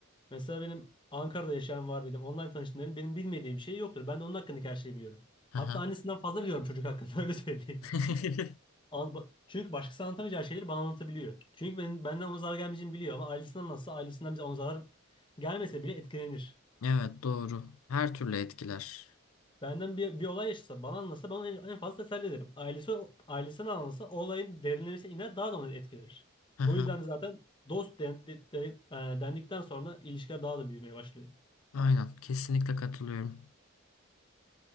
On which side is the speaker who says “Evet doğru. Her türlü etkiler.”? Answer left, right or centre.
Left